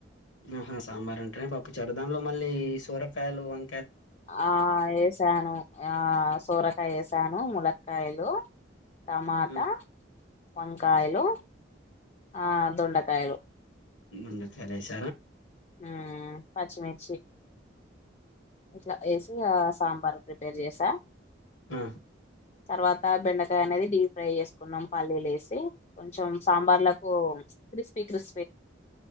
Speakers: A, on the left (about 80°); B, on the left (about 35°).
A: ఆహా సాంబార్ అంటేనే పప్పు చారు దాంలో మళ్ళీ సోరకాయలు వం
B: ఆ ఏసాను ఆ సోర కాయ వేశాను ములక్కాయలు టమాటా
A: ఆ,
B: వంకాయలు ఆ దొండకాయలు
A: ఉ గణేష
B: ఉమ్, పచ్చిమిర్చి ఇట్లా వేసి ఆ సాంబార్ ప్రిపేర్ చేసా
A: ఆ,
B: తర్వాత త్తా బెండకాయ అనేది డీప్ ఫ్రై చేసుకున్నాం పల్లీలేసి కొంచెం సాంబార్లకు క్రిస్ పి కృస్